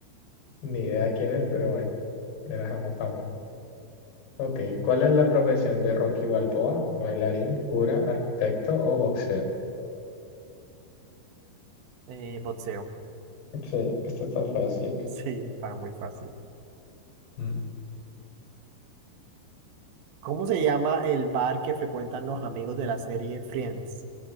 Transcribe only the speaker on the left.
Ni idea quién es, pero bueno, era jamón, jamón. Ok, ¿cuál es la profesión de Rocky Balboa? ¿Bailarín, cura, arquitecto o boxeo?
Sí, esto está fácil.
Mm.